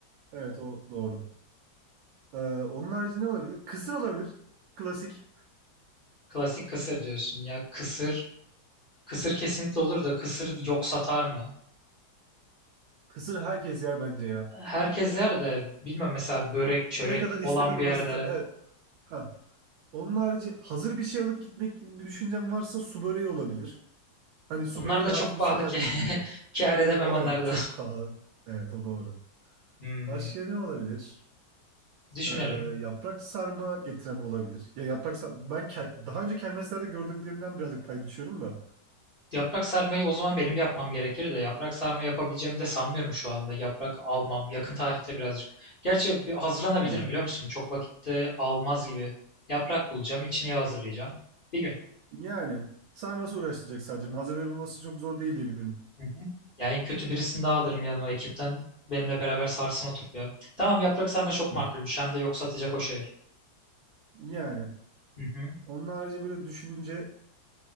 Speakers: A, on the right; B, on the left.
A: evet o doğru. Ee, onun harici ne olabilir? Kısır olabilir. Klasik.
B: Klasik kısır diyorsun ya. Kısır. Kısır kesinlikle olur da kısır yok satar mı?
A: Kısır herkes yer bence ya.
B: Herkes yer de bilmiyorum mesela börek çörek
A: Ne kadar
B: olan
A: istenir
B: bir
A: orası.
B: yerde.
A: da- Evet. Ha. Onun harici hazır bir şey alıp gitmek gibi bir düşüncem varsa su böreği olabilir. Hani su
B: Onlar
A: böreği
B: da
A: de
B: çok
A: her türlü
B: pahalı
A: satar
B: ki.
A: gibi geliyor.
B: <laughs> Kâr edemem
A: Evet o,
B: onları
A: evet o çok
B: da. <laughs>
A: pahalı. Evet o doğru.
B: Hmm,
A: Başka ne olabilir?
B: Düşünelim.
A: Ee, yaprak sarma getiren olabilir. Ya yaprak sarma ben ke- daha önce kermeslerde gördüğümlerimden birazcık pay biçiyorum da.
B: Yaprak sarmayı o zaman benim yapmam gerekir de yaprak sarma yapabileceğimi de sanmıyorum şu anda. Yaprak almam yakın tarihte birazcık. Gerçi bir hazırlanabilirim
A: Ha.
B: biliyor musun? Çok vakitte almaz gibi. Yaprak bulacağım, içini hazırlayacağım. Bir gün.
A: Yani sarması uğraştıracak sadece. Malzemeleri bulması çok zor değil diye biliyorum.
B: Hı hı. Ya en kötü birisini daha alırım yanıma ekipten. Benimle beraber sarsın oturup ya. Tamam yaprak sarma çok
A: <laughs>
B: makulmüş. Hem de yok satacak o şey.
A: Yani
B: Hı hı.
A: onun harici böyle düşününce